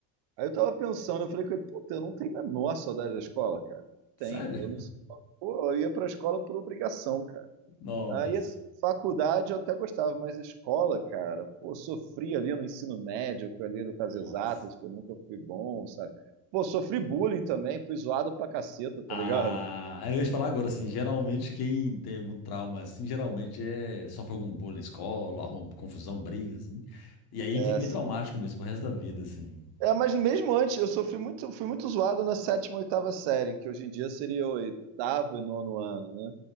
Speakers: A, on the right (about 65°); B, on the left (about 55°).
A: Aí eu tava pensando, eu falei com ele, puta, eu não tenho a menor saudade da escola, cara.
B: Sério?
A: Tenho, eu não sei. Pô, eu ia pra escola por obrigação, cara.
B: <laughs> Nossa.
A: Aí, assim, faculdade eu até gostava, mas escola, cara, pô, sofri ali no ensino médio, ali no Cas
B: Nossa.
A: Exatas, que eu nunca fui bom, sabe? Pô, sofri bullying também, fui zoado pra caceta, tá
B: Ah,
A: ligado?
B: aí eu ia te falar agora, assim, geralmente quem tem algum trauma, assim, geralmente é, sofre algum bullying na escola, arruma confusão, briga, assim. E aí
A: É,
B: fica meio traumático mesmo pro resto da vida, assim.
A: é, mas mesmo antes, eu sofri muito, fui muito zoado na sétima, oitava série, que hoje em dia seria o oitavo e nono ano.